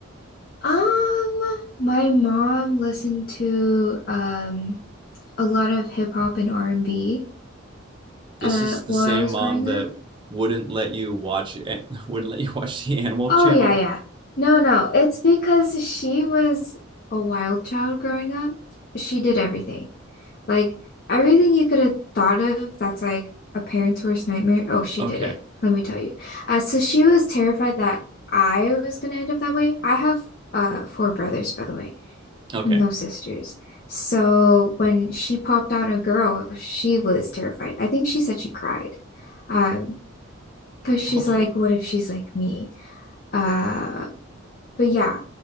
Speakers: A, on the left; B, on the right.
A: Um, my mom listened to um a lot of hip hop and R&B
B: This
A: uh
B: is the
A: while
B: same
A: I was
B: mom
A: growing
B: that
A: up.
B: wouldn't let you watch and <laughs> wouldn't let you watch the Animal
A: Oh
B: Channel.
A: yeah, yeah. No, no. It's because she was a wild child growing up. She did everything. Like everything you could have thought of that's like a parent's worst nightmare. Oh, she
B: Okay,
A: did it. Let me tell you. Uh, so she was terrified that I was gonna end up that way. I have uh four brothers, by the way.
B: okay.
A: No sisters.
B: <laughs>
A: So when she popped out a girl, she was terrified. I think she said she cried. Um, because she's
B: Oh,
A: like, what if she's like me? Uh, but yeah,